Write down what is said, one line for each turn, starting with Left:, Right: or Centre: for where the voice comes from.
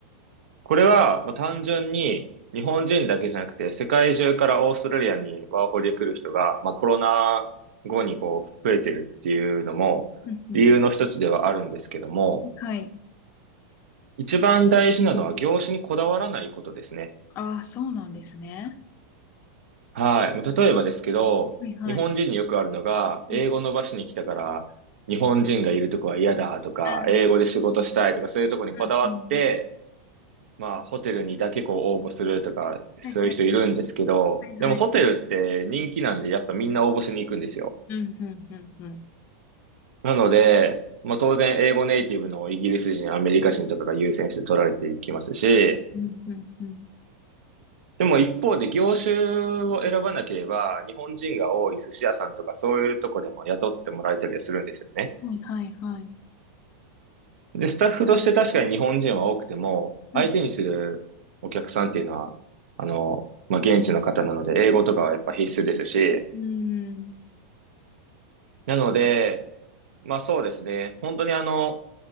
Right: これは、まあ、単純に日本人だけじゃなくて、世界中からオーストラリアにワーホリで来る人が、まあ、コロナ後にこう増えてるっていうのも理由の一つではあるんですけども、
Left: うんうん。はい。
Right: 一番大事なのは業種にこだわらないことですね。
Left: ああ、そうなんですね。
Right: はい。まあ、例えばですけど、
Left: はいはい。
Right: 日本人によくあるのが、英語伸ばしに来たから、
Left: うん、
Right: 日本人がいるとこは嫌だとか、
Left: あー、
Right: 英語で仕事したいとか、そういうとこにこだわって、
Left: うんうん。
Right: まあ、ホテルにだけこう応募するとか、そういう人いるんですけど、
Left: はいはい。
Right: でもホテルって人気なんで、
Left: はいはい。
Right: やっぱみんな応募しに行くんですよ。
Left: うんうんうんうん。
Right: なので、まあ当然英語ネイティブのイギリス人、アメリカ人とかが優先して取られていきますし、
Left: うんうんうん。
Right: でも一方で業種を選ばなければ、日本人が多い寿司屋さんとかそういうとこでも雇ってもらえたりはするんですよね。
Left: はいはいはい。
Right: で、スタッフとして確かに日本人は多くても、
Left: うん。
Right: 相手にするお客さんっていうのは、あの、まあ現地の方なので、英語とかはやっぱ必須ですし、
Left: うーん。
Right: なので、まあそうですね。本当にあの、